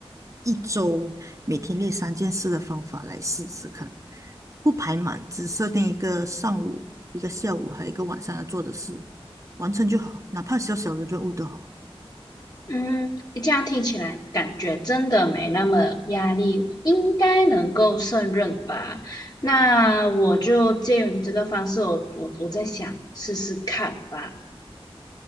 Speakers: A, on the right; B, on the left.
A: 一周每天列三件事的方法来试试看，不排满，只设定一个上午、一个下午还有一个晚上要做的事，完成就好，哪怕小小的任务都好。
B: 嗯，这样听起来感觉真的没那么压力了，应该能够胜任吧？那我就借由你这个方式，我我我在想试试看吧。